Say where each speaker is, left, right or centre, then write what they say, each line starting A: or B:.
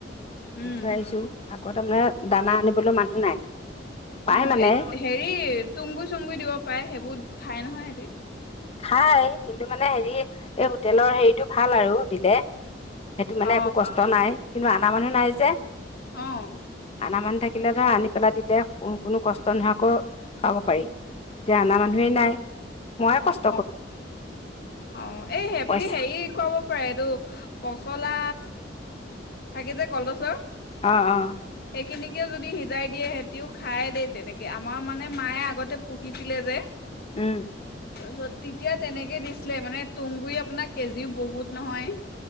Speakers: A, on the left; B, on the left.
A: উম
B: দি থৈ আহিছো। আকৌ তাৰমানে দানা আনিবলৈ মানুহ নাই। পায়
A: অ',
B: মানে
A: এই হেৰি তুংগু চুংগু দিব পাৰে সেইবোৰ খাই নহয় সিহঁতি।
B: খাই কিন্তু মানে হেৰি এই হোটেলৰ হেৰিটো ভাল আৰু দিলে। সেইটো
A: অ
B: মানে একো কষ্ট নাই। কিন্তু আনা মানুহ নাই যে।
A: অ'।
B: আনা মানুহ থাকিলে ধৰ আনি পেলাই দিলে কোনো কষ্ট নোহোৱাকৈ খাব পাৰি, এতিয়া আনা মানুহেই নাই। ময়ে কষ্
A: অ', অ', এই আপুনি
B: পইচা
A: হেৰি ক'ব পাৰে এইটো পচলা থাকে যে কলগছৰ
B: অ', অ'।
A: সেইখিনিকে যদি সিজাই দিয়ে সিহঁতিও খাই দেই তেনেকে আমাৰ মানে মায়ে আগতে পঢ়িছিলে যে।
B: উম।
A: তাৰপিছত তেতিয়া তেনেকে দিছিলে মানে তুঁহগুৰি আপোনাৰ কেজিও বহুত নহয়।